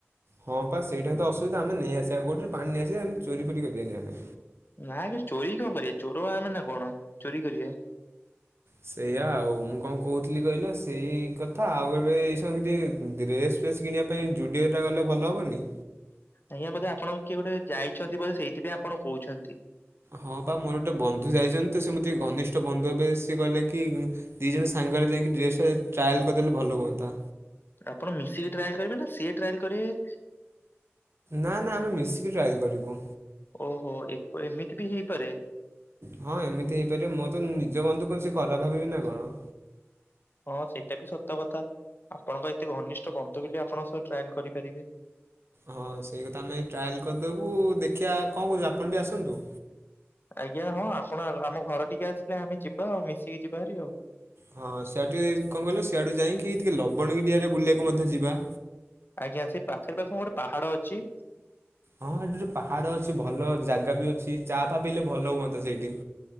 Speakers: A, on the right; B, on the left.
A: ହଁ ପା ସେଇଟା ତ ଅସୁବିଧା ଆମେ ନେଇ ଆସିବା କୋଉଠ ଗୋଟେ ପାଣି ନେଇଆସିବା ଆମେ ଚୋରି ଫୋରି କରିିବାନି ଆମେ।
B: ନା ମ ଚୋରି କଣ କରିବା ଚୋର ଆମେ ନା କଣ ଚୋରି କରିବା।
A: ସେଇଆା ଆଉ ମୁଁ କଣ କହୁଥିଲି କହିଲ ସେଇ କଥା ଆଉ ଏବେ ଏଇ ସବୁ ଏଇ ଏମିତି ଡ୍ରେଶ୍ ଡ୍ରେସ୍ କିଣିବା ପାଇଁ ଜୁଡ଼ିଓଟା ଗଲେ ଭଲ ହବନି।
B: ଆଜ୍ଞା ବୋଧେ ଆପଣଙ୍କୁ କିଏ ଗୋଟେ ଯାଇଛନ୍ତି ବୋଧେ ସେଇଥିପାଇଁ ଆପଣଙ୍କୁ କହୁଛନ୍ତି।
A: ହଁ ପା ମୋର ଗୋଟେ ବନ୍ଧୁ ଯାଇଛନ୍ତି ତ ସେ ମୋର ତ ଘନିଷ୍ଠ ବନ୍ଧୁ ଏବେ ସିଏ କହିଲ କି ଦିଇ ଜଣ ସାଙ୍ଗରେ ଯାଇକି ଡ୍ରେସ୍ ଟ୍ରାଏଲ୍ କରିଦେଲେ ଭଲ ହୁଅନ୍ତା।
B: ଆପଣ ମିଶିକି ଟ୍ରାଏ କରିବେ ନା ସିଏ ଟ୍ରାଏ କରିବେ।
A: ନା ନା ଆମେ ମିଶିକି ଟ୍ରାଏଲ୍ କରିବୁ।
B: ଓହୋ ଏପ ଏମିତି ବି ହେଇପାରେ।
A: ହଁ ଏମିତି ହେଇପାରିବ ମୁଁ ତ ନିଜ ବନ୍ଧୁ <unintelligible> କରସି କଲା ଭାବିବି ନା କଣ।
B: ହଁ ସେଇଟା ବି ସତ କଥା ଆପଣଙ୍କ ଏତେ ଘନିଷ୍ଠ ବନ୍ଧୁ ବୋଲି ଆପଣ ସହ ଟ୍ରାଏଲ କରିପାରିବେ।
A: ହଁ ସେଇ କଥା ଆମେ ଟ୍ରାଏଲ୍ କରିଦବୁ ଦେଖିଆ କଣ କହୁଛ ଆପଣ ବି ଆସନ୍ତୁ।
B: ଆଜ୍ଞା ହଁ ଆପଣ ଆମ ଘର ଟିକି ଆସିଲେ ଆମେ ଯିବା ଆଉ ମିଶିକି ଯିବା ହାରି ଆଉ।
A: ହଁ ସେଆଠୁ କଣ କହ ସିଆଡୁ ଯାଇକି ଟିକେ ଲବଣଗିରିଆଡେ ବୁଲିବାକୁ ମଧ୍ୟ ଯିବା।
B: ଆଜ୍ଞା ସେ ପାଖରେ ପା କଣ ଗୋଟେ ପାହାଡ ଅଛି।
A: ହଁ ଏଠି ଯୋଉ ପାହାଡ ଅଛି ଭଲ ଜାଗା ବି ଅଛି ଚା ଫା ପିଇଲେ ଭଲ ହୁଅନ୍ତା ସେଇଠି।